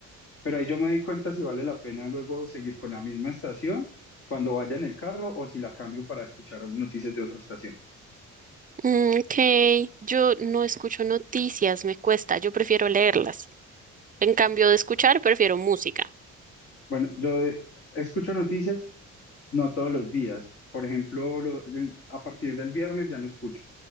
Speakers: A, on the left; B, on the right.
A: pero ahí yo me doy cuenta si vale la pena luego seguir con la misma estación cuando vaya en el carro o si la cambio para escuchar noticias de otra estación.
B: Mm, Ok, yo no escucho noticias, me cuesta, yo prefiero leerlas. En cambio de escuchar, prefiero música.
A: Bueno, yo eh, escucho noticias no todos los días, por ejemplo, lo- el- a partir del viernes ya no escucho